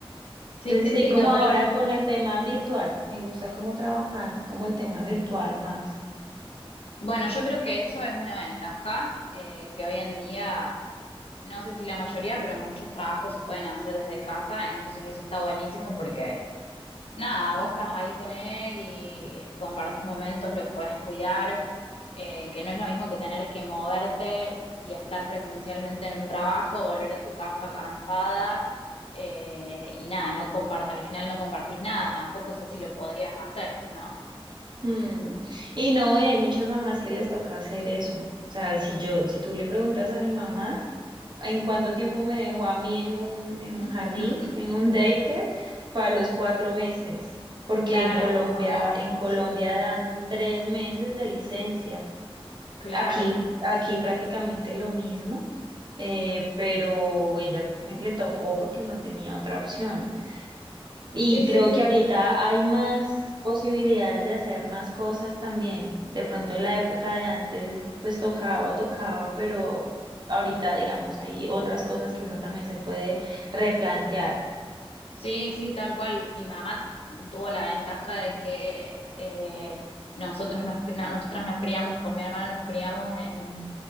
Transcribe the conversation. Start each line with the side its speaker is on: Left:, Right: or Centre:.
Left: Sí,
Right: Entonces
Left: sí,
Right: estoy
Left: sí,
Right: como
Left: totalmente.
Right: ahora con el tema virtual. Me gusta cómo trabajar, como el tema virtual más.
Left: Bueno, yo creo que eso es una ventaja eh, que hoy en día, no sé si la mayoría, pero muchos trabajos se pueden hacer desde casa, entonces eso está buenísimo porque nada, vos estás ahí con él y compartís momentos, lo puedes cuidar, eh, que no es lo mismo que tener que moverte y estar presencialmente en un trabajo, volver a tu casa cansada eh, y nada, no comparte, al final no compartís nada, tampoco sé si lo podrías hacer, ¿no?
Right: Mm. Y no, y hay muchas mamás que les toca hacer eso. O sea, si yo, si tú le preguntas a mi mamá, en cuánto tiempo me dejó a mí en un, en un
Left: <laughs>
Right: jardín, en un daycare, fue a los cuatro meses, porque
Left: Claro,
Right: en Colombia,
Left: ay,
Right: en Colombia
Left: sí,
Right: dan tres meses de licencia.
Left: claro.
Right: Aquí, aquí prácticamente lo mismo, eh, pero ella me- le tocó porque no tenía otra opción. Y
Left: Sí, sí,
Right: creo
Left: sí.
Right: que ahorita hay más posibilidades de hacer más cosas también. De pronto la época de antes, pues tocaba, tocaba, pero ahorita, digamos, hay otras cosas que uno también se puede replantear.
Left: Sí, sí, tal cual. Mi mamá tuvo la ventaja de que eh, nosotros nos, no- nosotras nos criamos, con mi hermana nos criamos en,